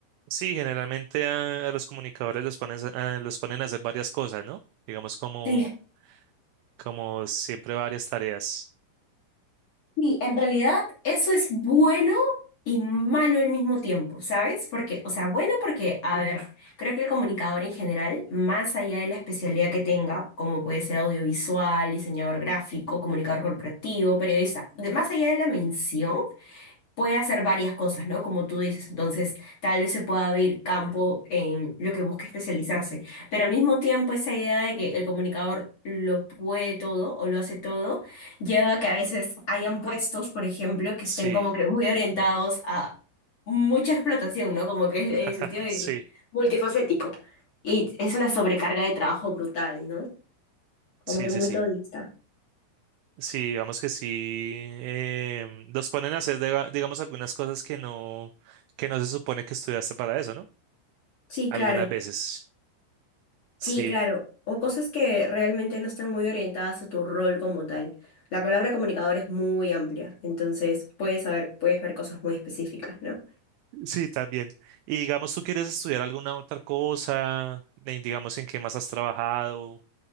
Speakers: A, on the right; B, on the left.
A: sí, generalmente a, a los comunicadores los ponen, a, a- los ponen a hacer varias cosas, ¿no? Digamos como,
B: Sí.
A: como siempre varias tareas.
B: Y en realidad eso es bueno y malo al mismo tiempo, ¿sabes? Porque, o sea, bueno porque, a ver, creo que el comunicador en general, más allá de la especialidad que tenga, como puede ser audiovisual, diseñador gráfico, comunicador corporativo, periodista, de- más allá de la mención, puede hacer varias cosas, ¿no? Como tú dices, entonces tal vez se pueda abrir campo en lo que busque especializarse, pero al mismo tiempo esa idea de que el comunicador lo puede todo o lo hace todo, lleva a que a veces hayan puestos, por ejemplo, que
A: Sí,
B: estén como que muy orientados a mucha explotación, ¿no? Como que en
A: <laughs>
B: el sentido de
A: sí.
B: que multifacético. Y es una sobrecarga de trabajo brutal, ¿no? Como
A: Sí,
B: que
A: sí,
B: muy
A: sí.
B: todista.
A: Sí, digamos que sí. em, los ponen a hacer, diga- digamos, algunas cosas que no, que no se supone que estudiaste para eso, ¿no?
B: Sí,
A: Algunas
B: claro.
A: veces. Sí,
B: Sí, claro. O cosas que realmente no están muy orientadas a tu rol como tal. La palabra comunicador es muy amplia, entonces puedes saber, puedes ver cosas muy específicas, ¿no?
A: sí, también. Y digamos, ¿tú quieres estudiar alguna otra cosa? Eh, Digamos, ¿en qué más has trabajado?